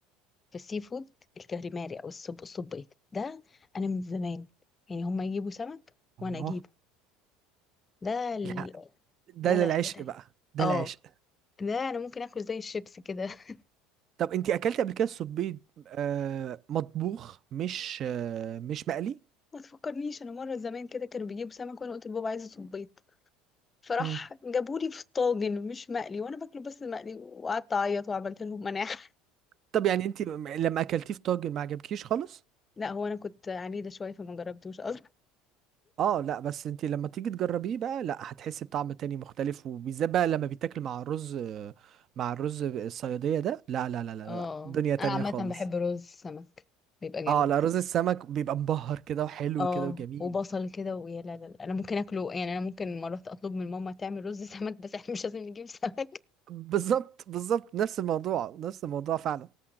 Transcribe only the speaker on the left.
في السي فود الكاليماري او الصب الصبيط ده انا من زمان يعني هما يجيبوا سمك وانا اجيبه
ده ال...
لا
لا حاجة تانية
اه
ده انا ممكن اكل زي الشيبس كده <laughs>
ما تفكرنيش انا مره زمان كده كانوا بيجيبوا سمك وانا قلت لبابا عايزه صبيط فراح
جابولي في طاجن مش مقلي وانا باكله بس مقلي وقعدت اعيط وعملت لهم مناعه
<laughs> لا هو انا كنت عنيده شويه فما جربتوش اصلا
اه
انا عامه
بحب رز السمك بيبقى جامد
اه
وبصل كده ويا لا لا لا. انا ممكن اكله يعني انا ممكن مرات اطلب من ماما تعمل رز سمك بس احنا مش لازم نجيب سمك